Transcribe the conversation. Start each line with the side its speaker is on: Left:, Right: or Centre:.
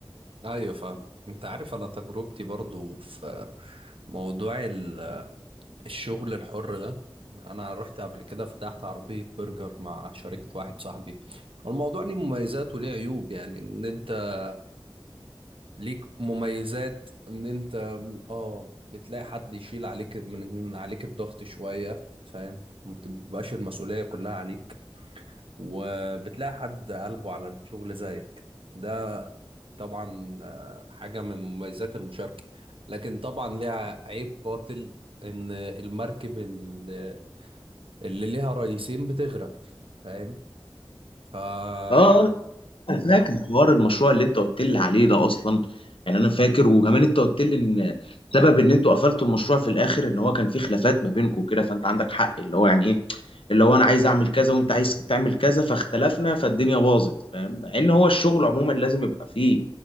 Right: أيوه فاهم أنت عارف أنا تجربتي برضو في موضوع ال- الشغل الحر ده أنا رحت قبل كده فتحت عربية برجر مع شركة واحد صاحبي الموضوع ليه مميزات وليه عيوب يعني إن أنت ليك مميزات ان انت اه بتلاقي حد يشيل عليك من من عليك الضغط شوية فاهم ما بتبقاش المسؤولية كلها عليك وبتلاقي حد قلبه على الشغل زيك ده طبعا آه، حاجة من مميزات المشاركة لكن طبعا ليها عيب قاتل ان المركب ال- اللي ليها رئيسين بتغرق فاهم فيعني
Left: اه آه، انا فاكر حوار المشروع اللي انت قلت لي عليه ده اصلا يعني انا فاكر وكمان انت قلت لي ان سبب ان انتوا قفلتوا المشروع في الاخر ان هو كان في خلافات ما بينكم كده فانت عندك حق اللي هو يعني ايه اللي هو انا عايز اعمل كذا وانت عايز تعمل كذا فاختلفنا فالدنيا باظت فاهم مع ان هو الشغل عموما لازم يبقى فيه